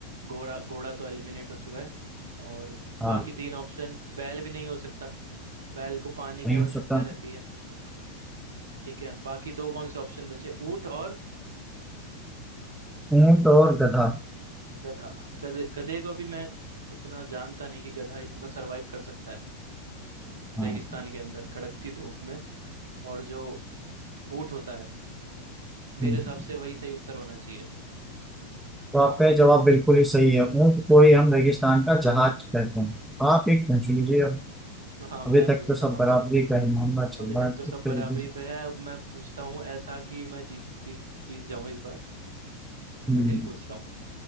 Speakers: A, on the right; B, in the centre.
A: घोड़ा घोड़ा तो एलिमिनेट हो चुका है और
B: हाँ
A: बाकी तीन ऑप्शन बैल भी नहीं हो सकता बैल को पानी की
B: नहीं
A: आवश्यकता
B: हो सकता
A: रहती है ठीक है बाकी दो कौन से ऑप्शन बचे ऊंट और
B: ऊंट और गधा
A: गधा गधे गधे को भी मैं इतना जानता नहीं कि गधा इतना सरवाइव कर सकता है
B: हाँ
A: रेगिस्तान के अंदर कड़कती धूप में और जो ऊंट होता है मेरे
B: हम्म,
A: हिसाब से वही सही उत्तर होना चाहिए
B: तो आपका ये जवाब बिल्कुल ही सही है ऊंट को ही हम रेगिस्तान का जहाज कहते हैं आप एक पूछ लीजिए अब
A: <laughs> हाँ मैं
B: अभी
A: पूछता
B: तक तो सब
A: हूँ
B: बराबरी
A: आपसे
B: ही का ही मामला चल
A: अभी तक
B: रहा है उस
A: तो सब बराबरी
B: तरीके से
A: पे है अब मैं पूछता हूँ ऐसा कि मैं जीत जीत जीत जाऊं इस बार
B: हम्म,
A: कठिन पूछता हूँ